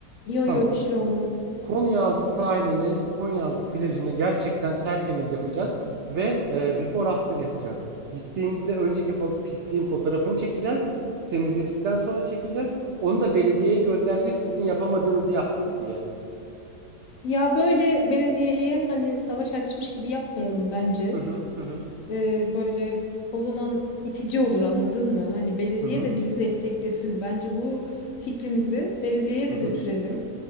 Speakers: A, on the left; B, on the right.
A: Yo
B: Tamam
A: yo bir şey olmaz.
B: Konyaaltı sahilini, Konyaaltı plajını gerçekten tertemiz yapacağız ve e, before after yapacağız. Gittiğimizde önceki fo- pisliğin fotoğrafını çekeceğiz. Temizledikten sonra çekeceğiz. Onu da belediyeye göndereceğiz sizin yapamadığınızı yaptık diye.
A: Ya böyle belediyeye hani savaş açmış gibi yapmayalım bence.
B: Hı hı hı hı
A: Ee, böyle o zaman itici olur anladın mı? Hani belediye
B: hı hı
A: de bizi desteklesin. Bence bu fikrimizi belediyeye
B: hı
A: de
B: hı
A: götürelim.